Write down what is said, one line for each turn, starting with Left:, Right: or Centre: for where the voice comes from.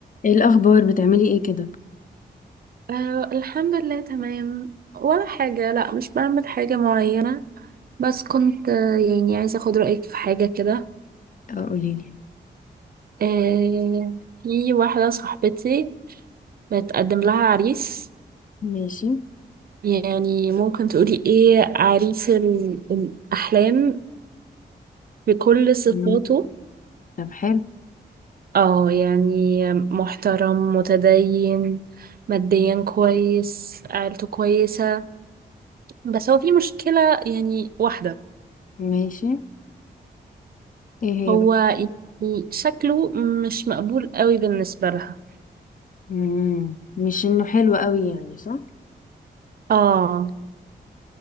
Left: ايه الاخبار بتعملي ايه كده
Right: أه الحمد لله تمام ولا حاجة لا مش بعمل حاجة معينة بس كنت آه، يعني عايزة أخد رأيك في حاجة كده
Left: آه، قوليلي
Right: أه في واحدة صاحبتي بتقدم لها عريس
Left: ماشي
Right: يعني ممكن تقولي إيه عريس ال- الأحلام بكل صفاته
Left: مم. طب حلو
Right: اه يعني محترم متدين ماديا كويس عيلته كويسة بس هو في مشكلة يعني واحدة
Left: ماشي ايه هي
Right: هو
Left: بقى
Right: يعني شكله مش مقبول قوي بالنسبة لها
Left: مم. مش انه حلو قوي يعني صح
Right: اه